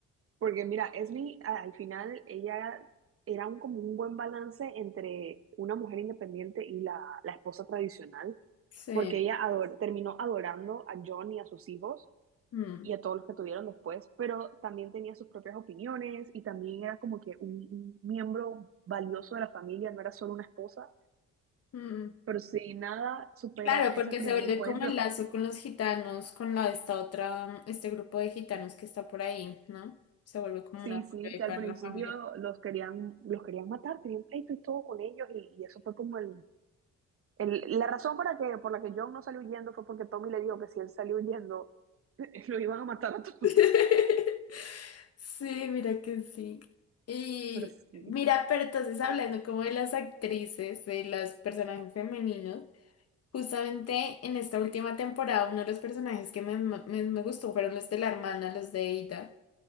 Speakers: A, on the right; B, on the left.
A: porque mira, Esme a- al final ella era un, como un buen balance entre una mujer independiente y la, la esposa tradicional,
B: Sí.
A: porque ella ador- terminó adorando a John y a sus hijos
B: Mm,
A: y a todos los que tuvieron después, pero también tenía sus propias opiniones y también era como que un un miembro valioso de la familia, no era solo una esposa.
B: mm.
A: Pero si nada supera
B: Claro,
A: ese
B: porque
A: primer
B: se vuelve
A: encuentro.
B: como el lazo
A: <laughs>
B: con los gitanos, con la, esta otra, este grupo de gitanos que está por ahí, ¿no? Se vuelve como
A: Sí,
B: una apoyo
A: sí,
B: ahí
A: que
B: para
A: al principio
B: la familia.
A: los querían, los querían matar, tenían pleito y todo con ellos, y, y eso fue como el, el- la razón para que, por la que John no salió huyendo fue porque Tommy le dijo que si él salió huyendo, <laughs> lo iban a matar a todos. <laughs>
B: <laughs> Sí, mira que sí. Y
A: Pero sí.
B: mira, pero entonces hablando como de las actrices, de las personajes femeninos. Justamente en esta última temporada, uno de los personajes que me, me, me gustó fueron los de la hermana, los de Ada.